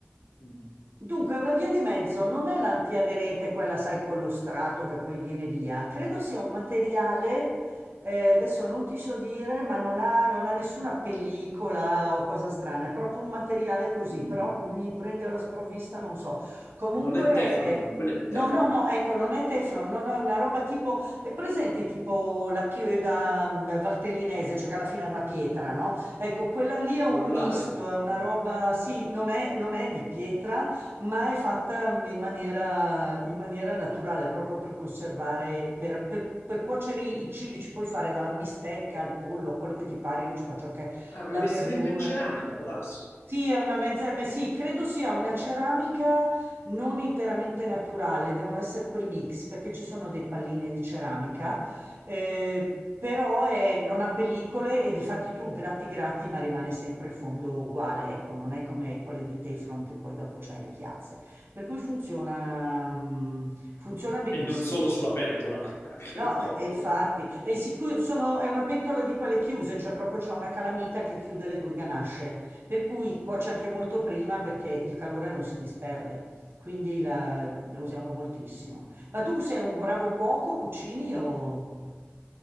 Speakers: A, on the left (about 75°); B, on the right (about 65°).
A: Mm,
B: Dunque, una via di mezzo non è l'antiaderente, quella, sai, con lo strato che poi viene via. Credo sia un materiale, eh, adesso non ti so dire, ma non ha, non ha nessuna pellicola o cosa strana, è proprio un materiale così,
A: mm.
B: però mi prende alla sprovvista, non so. Comunque,
A: Non è Teflon,
B: eh,
A: quello è
B: no,
A: Teflon,
B: no, no, ecco, non è Teflon, no, no, è una roba tipo, è presente tipo la pioda mm, valtellinese, cioè che alla fine è una pietra, no? Ecco, quella lì è un
A: l'ollare.
B: misto, è una
A: Mm.
B: roba, sì, non è non è di pietra ma è fatta in maniera, in maniera naturale, proprio per conservare, per, per- per cuocere i cibi, ci puoi fare dalla bistecca al pollo, a quello che ti pare, io ci faccio anche
A: Ah, il
B: la
A: rivestimento
B: verdura.
A: in ceramica, può darsi?
B: Sì, è una mezza, ma sì, credo sia una ceramica non interamente naturale, devono essere quei mix, perché ci sono dei palline di ceramica, eh, però è- non ha pellicole e di fatti tu gratti gratti, ma rimane sempre il fondo uguale, ecco, non è come quelle di Teflon che poi dopo c'hai le chiazze. Per cui funziona, mm, funziona benissimo.
A: E non solo sulla pentola, <laughs> anche
B: No,
A: nel
B: beh,
A: corpo.
B: e infatti, è, sicu- sono- è una pentola di quelle chiuse, cioè proprio c'è una calamita che chiude le due ganasce, per cui cuoce anche molto prima perché il calore non si disperde, quindi la, la usiamo moltissimo. Ma tu sei un bravo cuoco, cucini o